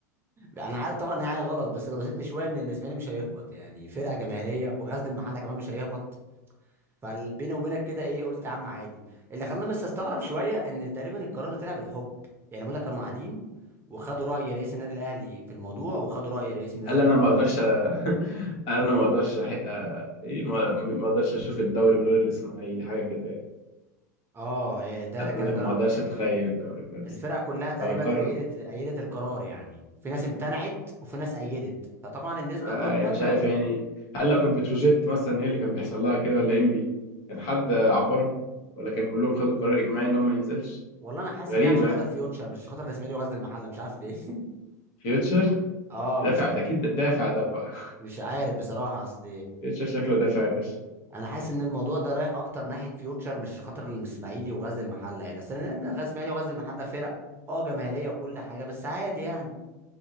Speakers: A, on the right; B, on the left.
A: انا عارف طبعا ان هي حاجه غلط بس اللي بسطني شويه ان الاسماعيلي مش هيهبط يعني فرقه جماهيريه وغزل المحله كمان مش هيهبط فبيني وبينك كده ايه قلت يا عم عادي اللي خلاني بس استغرب شويه ان تقريبا القرار ده طلع بالحب يعني بيقول لك كانوا قاعدين وخدوا راي رئيس النادي الاهلي في الموضوع وخدوا راي رئيس النادي
B: قال
A: الزمالك
B: انا
A: في
B: ما
A: الموضوع
B: اقدرش أ- <laughs> قال انا ما اقدرش أح- أ- ايه ما ما اقدرش اشوف الدوري من غير الاسماعيلي حاجه كده يعني
A: اه إيه ده
B: قال
A: ده كان
B: لك
A: رأ...
B: ما اقدرش اتخيل الدوري من غير الاسماعيلي
A: الفرق كلها تقريبا
B: فقرر
A: أيدت أيدت القرار يعني في ناس امتنعت وفي ناس أيدت فطبعا النسبة
B: آه،
A: الأكبر
B: يعني مش عارف يعني هل لو كانت بتروجيت مثلا هي اللي كان بيحصل لها كده ولا ام بي كان حد عبرهم ولا كان كلهم خدوا قرار اجماعي ان هو ما ينزلش
A: والله أنا حاسس
B: غريبه
A: إنها عشان خاطر
B: يعني.
A: فيوتشر مش عشان خاطر الإسماعيلي وغزل المحلة مش عارف ليه
B: فيوتشر
A: <laughs> أه
B: دافع
A: مش ع-
B: ده اكيد دافع ده بقى
A: مش عارف بصراحة أصل
B: <laughs> فيوتشر شكله دافع يا باشا
A: أنا حاسس إن الموضوع ده رايح أكتر ناحية فيوتشر مش عشان خاطر الإسماعيلي وغزل المحلة يعني أصل إن غزل الإسماعيلي وغزل المحلة فرق أه جماهيرية وكل حاجة بس عادي يعني